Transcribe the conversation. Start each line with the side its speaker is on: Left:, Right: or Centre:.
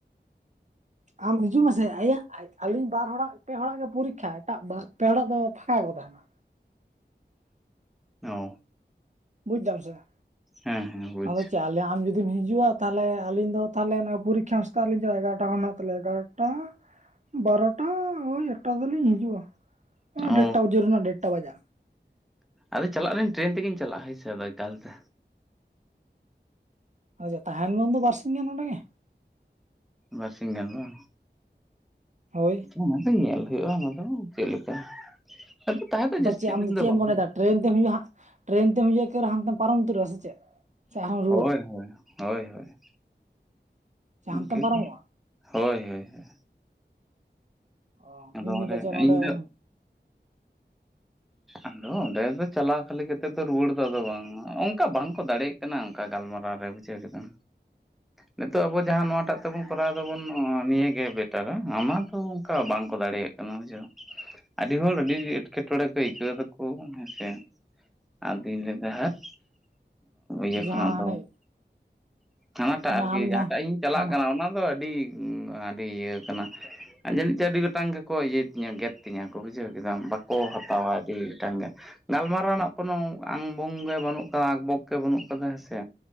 Right: ᱟᱢ ᱦᱤᱡᱩᱜ ᱢᱮᱥᱮ ᱟᱭᱟᱜ ᱟᱹᱞᱤᱧ ᱵᱟᱨ ᱦᱚᱲᱟᱜ ᱯᱮ ᱦᱚᱲᱟᱜ ᱜᱮ ᱯᱚᱨᱤᱠᱠᱷᱟ᱾ ᱮᱴᱟ ᱯᱮ ᱦᱚᱲᱟᱜ ᱫᱚ ᱯᱷᱟᱸᱠᱟ ᱜᱮᱠᱚ ᱛᱟᱦᱮᱱᱟ᱾
Centre: ᱚ
Right: ᱵᱩᱡᱽ ᱫᱟᱢ ᱥᱮ ᱵᱟ,
Centre: ᱦᱮᱸ ᱦᱮᱸ ᱵᱩᱡᱽ
Right: ᱟᱫᱚ ᱪᱟᱣᱞᱮ ᱟᱢ ᱡᱩᱫᱤ ᱡᱩᱫᱤᱢ ᱦᱤᱡᱩᱜᱼᱟ ᱛᱟᱦᱞᱮ ᱟᱹᱞᱤᱧ ᱫᱚ ᱛᱟᱦᱞᱮ ᱚᱱᱟ ᱯᱚᱨᱤᱠᱠᱷᱟ ᱮᱢ ᱥᱮᱛᱟᱜ ᱨᱮ ᱞᱤᱧ ᱪᱟᱞᱟᱜ-ᱟ᱾ ᱮᱜᱟᱨᱚᱴᱟ ᱠᱷᱚᱱ ᱦᱮᱱᱟᱜ ᱛᱟᱞᱭᱟ ᱮᱜᱟᱨᱚᱴᱟ᱾ ᱟᱴᱟ <inaudible> ᱵᱟᱨᱚᱴᱟ ᱳᱭ ᱮᱠᱴᱟ ᱛᱮ ᱫᱚ ᱞᱤᱧ ᱦᱤᱡᱩᱜᱼᱟ᱾ ᱦᱮᱸ
Centre: ᱚ
Right: ᱰᱮᱴᱴᱟ, ᱡᱳᱨ ᱨᱮᱱᱟᱜ ᱰᱮᱴᱴᱟ ᱵᱟᱡᱟᱜ-ᱟ᱾
Centre: ᱟᱫᱚ ᱪᱟᱞᱟᱜ-ᱟᱞᱤᱧ ᱴᱨᱮᱱ ᱛᱮᱜᱤᱧ ᱪᱟᱞᱟᱜᱼᱟ᱾ ᱦᱳᱭ ᱥᱮ ᱟᱫᱚ ᱮᱠᱟᱞᱛᱮ᱾
Right: ᱟᱪᱪᱷᱟ, ᱛᱟᱦᱮᱱ ᱢᱮ ᱩᱱ ᱫᱚ ᱵᱟᱨᱥᱤᱧ ᱜᱟᱱ ᱚᱸᱰᱮ ᱜᱮ᱾
Centre: ᱵᱟᱨ ᱥᱤᱧ ᱜᱟᱱ ᱵᱟᱝ᱾
Right: ᱦᱳᱭ
Centre: ᱚᱱᱟ ᱫᱚ ᱧᱮᱞ ᱦᱳᱭᱳᱜᱼᱟ ᱾ ᱚᱱᱟ ᱫᱚ ᱪᱮᱫ ᱞᱮᱠᱟ, ᱟᱫᱚ ᱛᱟᱦᱮᱸ ᱫᱚ ᱡᱟᱹᱥᱛᱤ
Right: ᱪᱮᱫ ᱟᱢ
Centre: ᱫᱤᱱ ᱫᱚ
Right: ᱪᱮᱫ
Centre: ᱵᱟᱝ
Right: ᱮᱢ ᱢᱚᱱᱮᱭᱮᱫᱟ
Centre: ᱦᱳᱭᱳᱜᱼᱟ᱾
Right: ᱴᱨᱮᱱ ᱛᱮᱢ ᱦᱤᱡᱩᱜᱼᱟ ᱦᱟᱸᱜ, ᱴᱨᱮᱱ ᱛᱮᱢ ᱦᱤᱡᱩᱜᱼᱟ ᱮᱠᱮ ᱦᱟᱱᱛᱮᱢ ᱯᱟᱨᱚᱢ ᱩᱛᱟᱹᱨᱚᱜᱼᱟ ᱥᱮ ᱪᱮᱫ? ᱥᱮ ᱟᱨᱦᱚᱢ
Centre: ᱦᱳᱭ
Right: ᱨᱩᱣᱟᱹᱲᱟ
Centre: ᱦᱳᱭ, ᱦᱳᱭ ᱦᱳᱭ,
Right: ᱥᱮ
Centre: ᱤᱱᱠᱟᱹ
Right: ᱦᱟᱱᱛᱮᱢ ᱯᱟᱨᱚᱢᱚᱜᱼᱟ
Centre: ᱜᱮ᱾ ᱦᱳᱭ ᱦᱳᱭ ᱦᱳᱭ
Right: ᱚ
Centre: ᱟᱫᱚ
Right: ᱤᱧ
Centre: ᱚᱸᱰᱮ
Right: ᱫᱚ ᱯᱟᱪᱮᱫ ᱱᱚᱰᱮ
Centre: ᱤᱧ ᱫᱚ᱾ ᱟᱫᱚ ᱚᱸᱰᱮ ᱫᱚ ᱪᱟᱞᱟᱣ ᱠᱷᱟᱹᱞᱤ ᱠᱟᱛᱮ ᱫᱚ ᱨᱩᱣᱟᱹᱲ ᱫᱚ ᱟᱫᱚ ᱵᱟᱝ᱾ ᱚᱝᱠᱟ ᱵᱟᱝ ᱠᱚ ᱫᱟᱲᱮᱭᱟᱜ ᱠᱟᱱᱟ᱾ ᱚᱝᱠᱟ ᱜᱟᱞᱢᱟᱨᱟᱣ ᱨᱮ ᱵᱩᱡᱷᱟᱹᱣ ᱠᱮᱫᱟᱢ᱾ ᱱᱤᱛᱚᱜ ᱟᱵᱚ ᱡᱟᱦᱟᱸ ᱱᱚᱣᱟᱴᱟᱜ ᱛᱮᱵᱚᱱ ᱠᱚᱨᱟᱣ ᱫᱟᱵᱚᱱ ᱱᱤᱭᱟᱹᱜᱮ ᱵᱮᱴᱟᱨᱟ᱾ ᱚᱱᱟ ᱫᱚ ᱚᱱᱠᱟ ᱵᱟᱝ ᱠᱚ ᱫᱟᱲᱮᱭᱟᱜ ᱵᱩᱡᱷᱟᱹᱣ ᱟᱹᱰᱤ ᱦᱚᱲ ᱟᱹᱰᱤ ᱮᱸᱴᱠᱮᱴᱚᱸᱬᱮ ᱠᱚ ᱟᱹᱭᱠᱟᱹᱣ ᱫᱟᱠᱚ ᱦᱮᱸᱥᱮ ᱟᱹᱫᱚᱧ ᱞᱟᱹᱭ ᱫᱟ ᱦᱟᱴ ᱤᱭᱟᱹ
Right: ᱡᱟᱦᱟᱸ
Centre: ᱠᱷᱚᱱᱟᱜ ᱫᱚ
Right: ᱦᱟᱱᱮ
Centre: ᱦᱟᱱᱟᱴᱟᱜ
Right: ᱦᱟᱱᱮ
Centre: ᱟᱨᱠᱤ
Right: ᱟᱢ
Centre: ᱡᱟᱦᱟᱸᱴᱟᱜ
Right: ᱡᱟᱦᱟᱸ
Centre: ᱤᱧ ᱪᱟᱞᱟᱜ
Right: ᱦᱟᱱᱟ
Centre: ᱠᱟᱱᱟ ᱚᱱᱟ ᱫᱚ ᱟᱹᱰᱤ ᱩᱸ ᱟᱹᱰᱤ ᱤᱭᱟᱹ ᱠᱟᱱᱟ᱾ ᱟᱨ ᱡᱟᱹᱱᱤᱡ ᱪᱚᱝ ᱟᱹᱰᱤ ᱜᱚᱴᱟᱝ ᱜᱮᱠᱚ ᱤᱭᱟᱹᱭ ᱛᱤᱧᱟᱹ, ᱜᱮᱫ ᱛᱤᱧᱟᱹ ᱠᱚ᱾ ᱵᱩᱡᱷᱟᱹᱣ ᱠᱮᱫᱟᱢ ᱵᱟᱠᱚ ᱦᱟᱛᱟᱣᱟ ᱟᱹᱰᱤ ᱜᱚᱴᱟᱝ ᱜᱮ᱾ ᱜᱟᱞᱢᱟᱨᱟᱣ ᱨᱮᱱᱟᱜ ᱠᱳᱱᱳ ᱟᱝ ᱵᱚᱝ ᱜᱮ ᱵᱟᱹᱱᱩᱜ ᱠᱟᱫᱟ᱾ ᱟᱸᱠ ᱵᱚᱠ ᱜᱮ ᱵᱟᱹᱱᱩᱜ ᱠᱟᱫᱟ ᱦᱮᱸ ᱥᱮ᱾